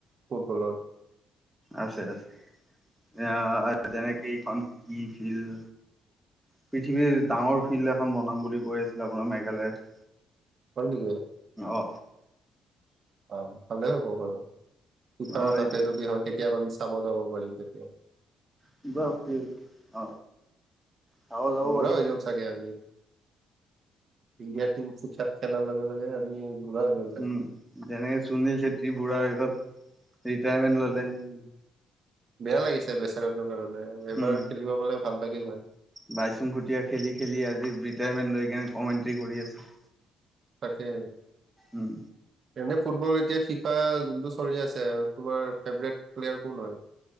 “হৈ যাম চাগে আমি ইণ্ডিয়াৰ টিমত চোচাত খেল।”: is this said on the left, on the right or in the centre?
Right